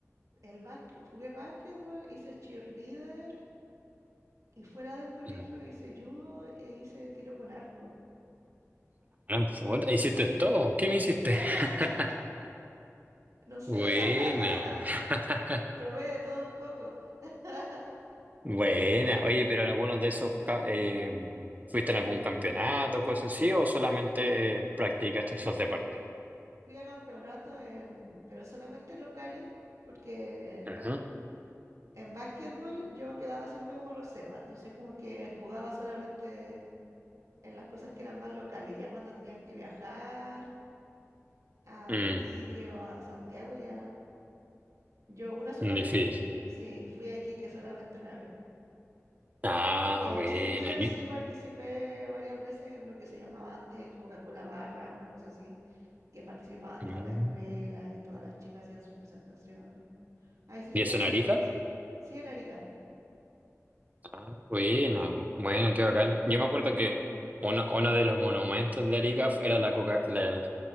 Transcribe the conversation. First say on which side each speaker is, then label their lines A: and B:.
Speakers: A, on the right (about 75°); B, on the right (about 30°).
A: El básquet, jugué básquetbol, hice cheerleader y fuera del colegio
B: No.
A: hice judo e hice tiro con arco.
B: Ah, puta, ¿Hiciste todo? ¿Qué no hiciste?
A: <laughs>
B: <laughs>
A: No sé,
B: Buena.
A: <laughs>
B: <laughs>
A: probé de todo un poco. <laughs>
B: Buena. Oye, pero algunos de esos ca- eh, ¿fuiste en algún campeonato, cosas así, o solamente practicaste esos deportes?
A: Fui a campeonatos en, pero solamente locales, porque
B: Ajá.
A: en básquetbol yo quedaba siempre como reserva, entonces como que jugaba solamente en las cosas que eran más locales, ya cuando tenían que viajar a
B: Mm,
A: Iquique o a Santiago, ya yo una sola
B: difícil.
A: vez fui, sí, fui a Iquique solamente una vez.
B: Ah,
A: Y en
B: buena.
A: cheerleader
B: ¿Y,
A: sí participé varias veces en lo que se llamaba antes el Coca-Cola Barra, una cosa así, que participaban
B: mm.
A: todas las escuelas y todas las chicas hacían sus presentaciones. Ahí sí fui
B: ¿Y eso
A: como
B: en Arica?
A: cuatro veces. Sí, en Arica.
B: Ah, bueno, bueno, qué bacán. Yo me acuerdo que uno, uno de los monumentos de Arica era la, Coca, la,